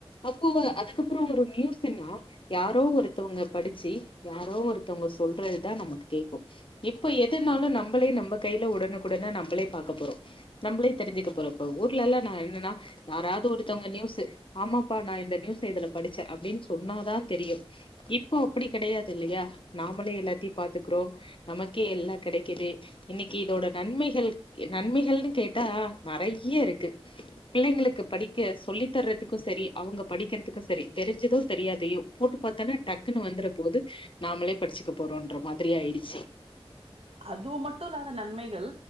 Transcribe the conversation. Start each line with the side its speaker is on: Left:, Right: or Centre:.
Left: அப்போ அதுக்கப்புறம் ஒரு நியூஸ்னா யாரோ ஒருத்தவங்க படிச்சி யாரோ ஒருத்தவங்க சொல்றது தான் நமக்கு கேட்கும் இப்போ எதுனாலும் நம்மளே நம்ம கையில உடனுக்குடனே நம்மளே பாக்க போறோம் நம்மளே தெரிஞ்சுக்க போறோம் இப்ப ஊர்ல எல்லாம் நான் என்னன்னா யாராவது ஒருத்தவங்க நியூஸ் ஆமாப்பா நான் இந்த நியூஸ் இதுல படிச்சேன் அப்படின்னு சொன்னாதான் தெரியும் இப்போ அப்படி கிடையாது இல்லையா நாமளே எல்லாத்தையும் பாத்துக்கறோம் நமக்கே எல்லாம் கிடைக்குது இன்னைக்கு இதோட நன்மைகள் நன்மைகள்னு கேட்டா நெறைய இருக்கு பிள்ளைங்களுக்கு படிக்க சொல்லி தர்றதுக்கும் சரி அவங்க படிக்கிறதுக்கும் சரி தெரிஞ்சதும் தெரியாதையோ போட்டு பாத்தன்னா டக்குன்னு வந்துற போது நாமளே படிச்சுக்க போறோம்ன்ற மாதிரி ஆயிடுச்சு
Right: அது மட்டும் இல்லாத நன்மைகள்